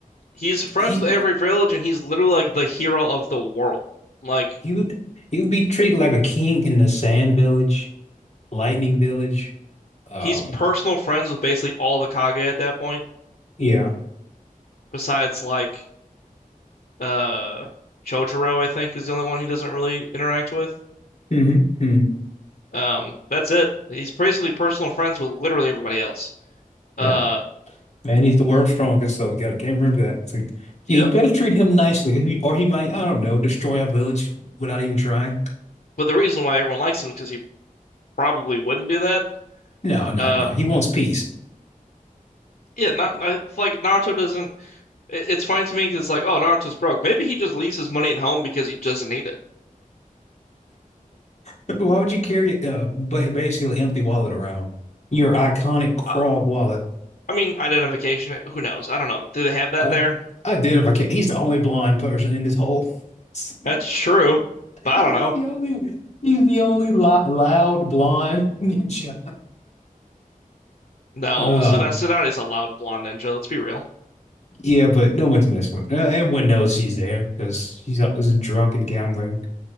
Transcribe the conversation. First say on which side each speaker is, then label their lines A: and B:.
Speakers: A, on the left; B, on the left.
A: he's friends
B: He
A: with every village and he's literally like the hero of the world. Like
B: he would he would be treated like a king in the Sand Village, Lightning Village. Um.
A: he's personal friends with basically all the Kage at that point,
B: Yeah.
A: besides like uh Chojuro, I think, is the only one he doesn't really interact with.
B: hmm hmm
A: Um, that's it. He's basically personal friends with literally everybody else. Uh,
B: Yeah. And he's the world's strongest, so you gotta can't remember that. It's like, yeah,
A: yep.
B: you better treat him nicely, or he or he might, I don't know, destroy our village without even trying.
A: But the reason why everyone likes him is because he probably wouldn't do that.
B: No, no,
A: Uh,
B: no. He wants peace.
A: yeah, not, not like Naruto doesn't. It, it's funny to me because it's like, oh, Naruto's broke. Maybe he just leaves his money at home because he doesn't need it.
B: But Why would you carry uh, ba- basically an empty wallet around? Your iconic
A: Uh,
B: frog wallet.
A: I mean, identification. Who knows? I don't know. Do they have that
B: I
A: there?
B: I did if I can. He's the only blonde person in this whole. <laughs> He's
A: That's true, but I
B: the
A: don't know.
B: only. He's the only lo- loud blonde <laughs> ninja.
A: No,
B: Uh,
A: Tsun- Tsunade's a loud blonde ninja. Let's be real.
B: yeah, but no one's messing with. Uh, everyone knows she's there because she's a, is drunk and gambling.